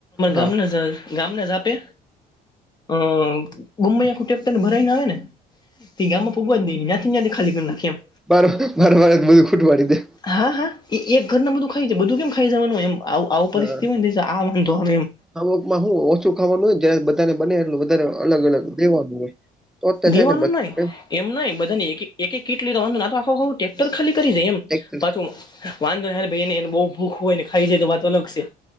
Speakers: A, in the centre; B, on the left (about 25°).
A: હા
B: ગામ જ ગામને જ આપે. અ ગમ આંખું ટેક્ટરને ભરાવી ને આવે ને તે ગામમાં ફગવાઈ ને જ્યાંથી જ્યાંથી ખાલી કરી નાખી એમ.
A: બરવાર બરવાર બધું ખૂટ પાડી દે.
B: હા હા એ એક ઘર બધું ખાઈ છે બધું કેમ ખાઈ જવાનું એમ. આવું પરિસ્થિતિ
A: હા
B: હોય ને આ વાંધો આવે એમ
A: અમુકમાં હું ઓછું ખાવાનું જ બને એટલું વધારે અલગ અલગ લેવાનું હોય. તો જ
B: દેવાનું
A: થાય ને બાકી
B: નહી
A: તો
B: એમ ન બધાને એક એક એક કીટ લીધેવાનું તો આખો ખું ટેક્ટર ખાલી કરી જાય એમ.
A: કઈ
B: પાછું વાંધો ને ભ એને એ બહ ભૂખ હોય ને ખાઈ જાય તો વાત અલગ છે.